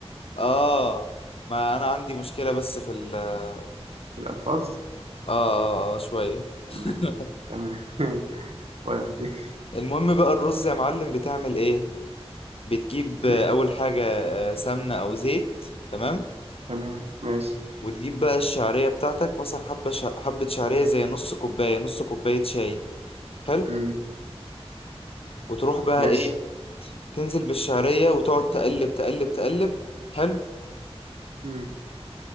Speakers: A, on the left; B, on the right.
A: اه ما انا عندي مشكلة بس في ال اه
B: الألفاظ
A: اه, آه شوية
B: تمام
A: <laughs>
B: تمام <laughs> ودي
A: المهم بقى الرز يا معلم بتعمل ايه بتجيب
B: مم.
A: آه، اول حاجة آه، سمنة او زيت تمام
B: تمام ماشي
A: وتجيب بقى الشعرية بتاعتك مثلا حبة شع... حبة شعرية زي نص كوباية نص كوباية شاي حلو
B: مم.
A: وتروح بقى
B: ماشي
A: ايه تنزل بالشعرية وتقعد تقلب تقلب تقلب حلو
B: مم.